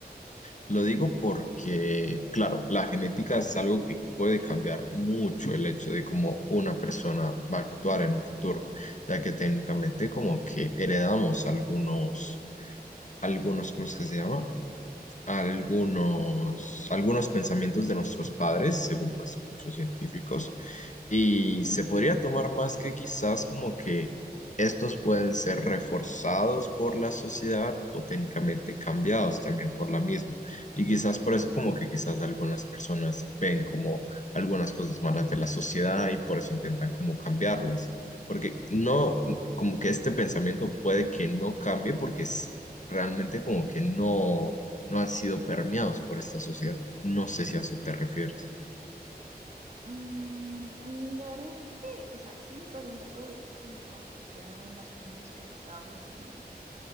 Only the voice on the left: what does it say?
Lo digo porque, claro, la genética es algo que puede cambiar mucho el hecho de cómo una persona va a actuar en un futuro, ya que técnicamente como que heredamos algunos, algunos, ¿cómo es que se llama? algunos, algunos pensamientos de nuestros padres, según pues muchos científicos, y se podría tomar más que quizás como que estos pueden ser reforzados por la sociedad o técnicamente cambiados también por la misma. Y quizás por eso como que quizás algunas personas ven como algunas cosas malas de la sociedad y por eso intentan como cambiarlas. Porque no, como que este pensamiento puede que no cambie porque es realmente como que no, no han sido permeados por esta sociedad. No sé si a eso te refieres.